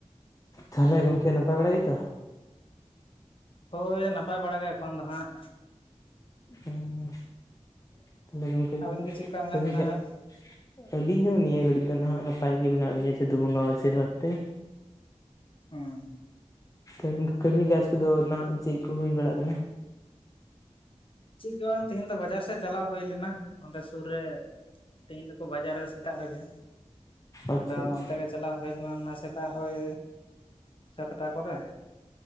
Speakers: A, on the left; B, on the left.
A: ᱛᱷᱟᱞᱮ ᱜᱚᱝᱠᱮ ᱱᱟᱯᱟᱭ ᱵᱟᱲᱟ ᱜᱮᱛᱚ?
B: ᱦᱳᱭ ᱱᱟᱯᱟᱭ ᱵᱟᱲᱟ ᱜᱮ ᱮᱠᱷᱚᱱ ᱫᱚ ᱦᱟᱸᱜ᱾
A: ᱦᱮᱸ ᱛᱟᱦᱞᱮ ᱜᱚᱢᱠᱮ
B: ᱟᱵᱮᱱ ᱜᱮ ᱪᱮᱫ ᱞᱮᱠᱟ ᱢᱮᱱᱟᱜ
A: ᱠᱟᱹᱢᱤ
B: ᱵᱮᱱᱟ
A: ᱠᱷᱮᱜ
B: ᱦᱟᱸᱜ?
A: <inaudible> ᱟᱹᱞᱤᱧ ᱦᱚᱸ ᱱᱤᱭᱟᱹ ᱜᱷᱟᱹᱲᱤᱡ ᱫᱚ ᱱᱟᱦᱟᱜ ᱱᱟᱯᱟᱭ ᱜᱮ ᱢᱮᱱᱟᱜ ᱞᱤᱧᱟᱹ ᱪᱟᱫᱩ ᱵᱚᱸᱜᱟᱣᱟᱜ ᱟᱥᱤᱨ ᱵᱟᱛ ᱛᱮ᱾
B: ᱦᱮᱸ <unintelligible>
A: ᱠᱟᱹᱝ ᱠᱟᱹᱢᱤ ᱠᱟᱡᱽ ᱠᱚᱫᱚ ᱱᱟᱜ ᱪᱮᱫ ᱠᱚ ᱦᱩᱭ ᱵᱟᱲᱟᱜ ᱠᱟᱱᱟ?
B: ᱪᱮᱫ ᱜᱮ ᱵᱟᱝ ᱛᱮᱦᱤᱧ ᱫᱚ ᱵᱟᱡᱟᱨ ᱥᱮᱫ ᱪᱟᱞᱟᱣ ᱦᱩᱭ ᱞᱮᱱᱟ᱾ ᱚᱸᱰᱮ ᱥᱩᱨ ᱨᱮ ᱛᱤᱦᱤᱧ ᱫᱚᱠᱚ ᱵᱟᱡᱟᱨᱟ ᱥᱮᱛᱟᱜ ᱨᱮᱜᱮ
A: ᱟᱪᱪᱷᱟ
B: ᱟᱫᱚ
A: ᱟᱪᱪᱷᱟ ᱟᱪᱪᱷᱟ
B: ᱚᱱᱛᱮᱜᱮ- -ᱪᱟᱞᱟᱣ ᱦᱩᱭ ᱞᱮᱱᱟ ᱚᱱᱟ ᱥᱮᱛᱟᱜ ᱳᱭ ᱥᱟᱛᱴᱟ ᱠᱚᱨᱮ